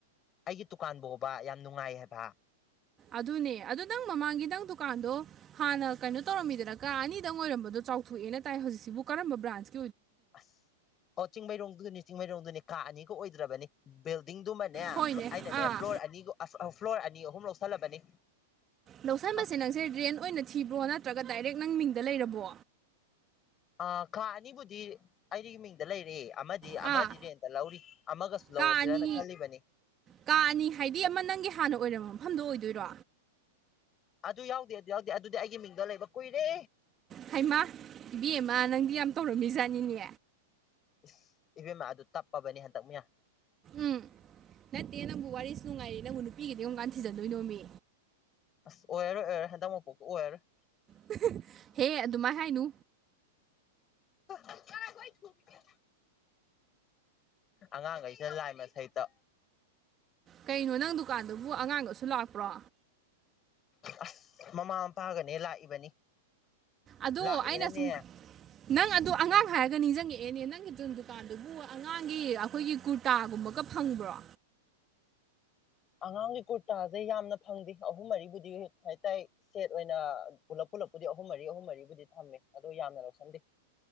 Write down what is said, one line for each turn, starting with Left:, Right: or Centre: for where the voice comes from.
Left: ꯑꯩꯒꯤ ꯇꯨꯀꯥꯟꯕꯣꯕ ꯌꯥꯝ ꯅꯨꯡꯉꯥꯏ ꯍꯥꯏꯕ
Right: ꯑꯗꯨꯅꯦ ꯑꯗꯨ ꯅꯪ ꯃꯃꯥꯡꯒꯤ ꯅꯪ ꯗꯨꯀꯥꯟꯗꯣ ꯍꯥꯟꯅ ꯀꯩꯅꯣ ꯇꯧꯔꯝꯃꯤꯗꯅ ꯀꯥ ꯑꯅꯤꯗꯪ ꯑꯣꯏꯔꯝꯕꯗꯣ ꯆꯥꯎꯊꯣꯛꯑꯦꯅ ꯇꯥꯏ ꯍꯧꯖꯤꯛꯁꯤꯕꯨ ꯀꯔꯝꯕ ꯕ꯭ꯔꯥꯟꯁ
Left: ꯑꯁ ꯑꯣ ꯆꯤꯡꯃꯩꯔꯣꯡꯗꯨꯅꯤ ꯆꯤꯡꯃꯩꯔꯣꯡꯗꯨꯅꯤ ꯀꯥ ꯑꯅꯤꯒ ꯑꯣꯏꯗ꯭ꯔꯕꯅꯤ ꯕꯤꯜ ꯗꯤꯡꯗꯨꯃꯅꯦ
Right: ꯍꯣꯏꯅꯦ
Left: ꯕ꯭ꯂꯣ ꯑꯩꯅꯅꯦ
Right: ꯑꯥ
Left: ꯐ꯭ꯂꯣꯔ ꯑꯅꯤꯒ ꯑꯁ ꯑ ꯐ꯭ꯂꯣꯔ ꯑꯅꯤ ꯑꯍꯨꯝ ꯂꯧꯁꯜꯂꯕꯅꯤ
Right: ꯂꯧꯁꯟꯕꯁꯦ
Left: ꯑꯁ
Right: ꯅꯪꯁꯦ ꯔꯦꯟ ꯑꯣꯏꯅ ꯊꯤꯕ꯭ꯔꯣ ꯅꯠꯇ꯭ꯔꯒ ꯗꯥꯏꯔꯦꯛ ꯅꯪ ꯃꯤꯡꯗ ꯂꯩꯔꯕꯣ
Left: ꯑꯥ ꯀꯥ ꯑꯅꯤꯕꯨꯗꯤ ꯑꯩꯒꯤ ꯃꯤꯡꯗ ꯂꯩꯔꯦ ꯑꯃꯗꯤ
Right: ꯑꯥ
Left: ꯑꯃꯗꯤ ꯔꯦꯟꯠꯇ ꯂꯧꯔꯤ ꯑꯃꯒꯁꯨ ꯂꯧꯔꯁꯤꯔꯅ
Right: ꯀꯥ ꯑꯅꯤ
Left: ꯈꯜꯂꯤꯕꯅꯤ
Right: ꯀꯥ ꯑꯅꯤ ꯍꯥꯏꯗꯤ ꯑꯃ ꯅꯪꯒꯤ ꯍꯥꯟꯅ ꯑꯣꯏꯔꯝꯕ ꯃꯐꯝꯗꯣ ꯑꯣꯏꯗꯣꯏꯔꯣ
Left: ꯑꯗꯨ ꯌꯥꯎꯗꯦ ꯑꯗꯨ ꯌꯥꯎꯗꯦ ꯑꯗꯨꯗꯤ ꯑꯩꯒꯤ ꯃꯤꯡꯗ ꯂꯩꯕ ꯀꯨꯏꯔꯦ
Right: ꯍꯩꯃꯥ ꯏꯕꯦꯝꯃ ꯅꯪꯗꯤ ꯌꯥꯝ ꯇꯧꯔꯝꯃꯤ ꯖꯥꯠꯅꯤꯅꯦ
Left: ꯏꯁ ꯏꯕꯦꯝꯃ ꯑꯗꯨ ꯇꯞꯄꯕꯅꯦ ꯍꯟꯇꯛ ꯃꯌꯥ
Right: ꯎꯝ ꯅꯠꯇꯦ ꯅꯪꯕꯨ ꯋꯥꯔꯤꯁꯨ ꯅꯨꯡꯉꯥꯏꯔꯤ ꯅꯪꯕꯨ ꯅꯨꯄꯤꯒꯗꯤ ꯀꯝꯀꯥꯟ ꯊꯤꯖꯟꯗꯣꯏꯅꯣꯃꯤ
Left: ꯑꯁ ꯑꯣꯏꯔꯔꯣꯢ ꯑꯣꯏꯔꯔꯣꯢ ꯍꯟꯗꯛ ꯃꯄꯣꯛꯄꯧ ꯑꯣꯏꯔꯔꯣꯢ
Right: <unintelligible> ꯍꯦ ꯑꯗꯨꯃꯥꯏ ꯍꯥꯏꯅꯨ
Left: ꯍ ꯉꯥꯢꯈꯣꯍꯩꯠ ꯊꯨꯒꯤꯖꯤ ꯑꯉꯥꯡꯈꯩꯁꯤꯅ ꯂꯥꯏꯃ ꯁꯩꯇ
Right: ꯀꯩꯅꯣ ꯅꯪ ꯗꯨꯀꯥꯟꯗꯨꯕꯨ ꯑꯉꯥꯡꯒꯁꯨ ꯂꯥꯛꯄ꯭ꯔꯣ
Left: ꯑꯁ ꯃꯃꯥ ꯃꯄꯥꯒꯅꯦ ꯂꯥꯛꯏꯕꯅꯤ
Right: ꯑꯗꯣ
Left: ꯂꯥꯛꯑꯦꯅꯅꯦ
Right: ꯑꯩꯅ ꯁꯨꯝ ꯅꯪ ꯑꯗꯨ ꯑꯉꯥꯡ ꯍꯥꯏꯔꯒ ꯅꯤꯡꯖꯪꯉꯛꯑꯦ ꯑꯦꯅꯦ ꯅꯪꯒꯤ ꯗꯨꯟ ꯗꯨꯀꯥꯟꯗꯨꯕꯨ ꯑꯉꯥꯡꯒꯤ ꯑꯈꯣꯏꯒꯤ ꯀꯨꯔꯇꯥꯒꯨꯝꯕꯒ ꯐꯪꯕ꯭ꯔꯣ
Left: <inaudible> ꯑꯉꯥꯡꯒꯤ ꯀꯨꯔꯇꯥꯖꯦ ꯌꯥꯝꯅ ꯐꯪꯗꯦ ꯑꯍꯨꯝ ꯃꯔꯤꯕꯨꯗꯤ ꯀꯩ ꯍꯥꯏ ꯇꯥꯏ ꯁꯦꯠ ꯑꯣꯏꯅ ꯄꯨꯂꯞ ꯄꯨꯂꯞ ꯕꯨꯗꯤ ꯑꯍꯨꯝ ꯃꯔꯤ ꯑꯍꯨꯝ ꯃꯔꯤꯕꯨꯗꯤ ꯊꯝꯃꯦ ꯑꯗꯣ ꯌꯥꯝꯅ ꯂꯧꯁꯟꯗꯦ